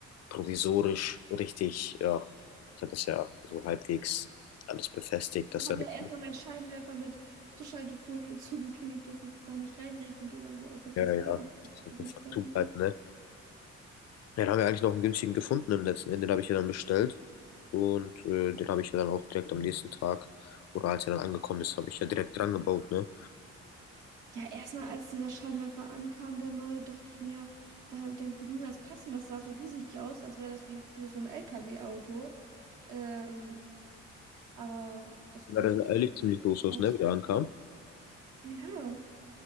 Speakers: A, on the left; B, on the right.
A: provisorisch richtig, ja, ich habe das ja so halbwegs alles befestigt, dass
B: die
A: da
B: haben
A: nichts
B: ja erstmal meinen Scheinwerfer mit Frischhaltefolie <laughs> zugeklebt, dass es da nicht reinregnet oder so. Oh Gott,
A: Ja,
B: das
A: ja,
B: war ja auch
A: so
B: eine
A: einfach
B: lustige Story.
A: zubleibt, ne? Ja, Dann haben wir eigentlich noch einen günstigen gefunden im letzten Ende, den habe ich ja dann bestellt und äh, den habe ich ja dann auch direkt am nächsten Tag oder als er dann angekommen ist, habe ich ja direkt dran gebaut, ne?
B: Ja, erstmal als dieser Scheinwerfer ankam, der neue, dachte ich mir, da, der wird niemals passen. Das sah so riesig aus, als wäre das wie für so ein LKW-Auto. Ähm, aber das
A: Ja,
B: hat ja
A: der
B: tatsächlich
A: sah ehrlich ziemlich groß aus,
B: gepasst.
A: ne, wie er ankam.
B: Ja,